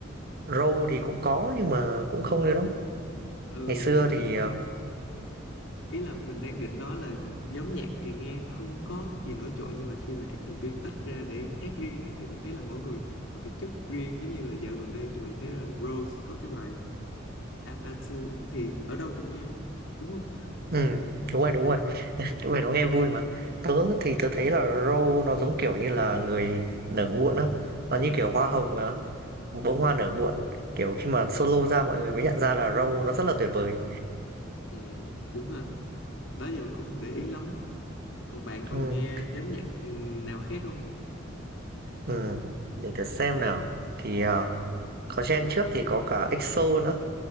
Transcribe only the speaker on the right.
Rose thì cũng có nhưng mà cũng không nhiều lắm.
Ngày xưa
thì, ờ
ừm, đúng rồi, đúng rồi, những bài đó nghe vui mà. Tớ thì tớ thấy là Rose nó giống, kiểu như là, người nở muộn á, nó như kiểu hoa hồng mà. bông hoa nở muộn kiểu khi mà solo ra mọi người mới nhận ra là Row nó rất là tuyệt vời
ừ.
Ừ. để thử xem nào thì ờ, có gen trước thì có cả EXO nữa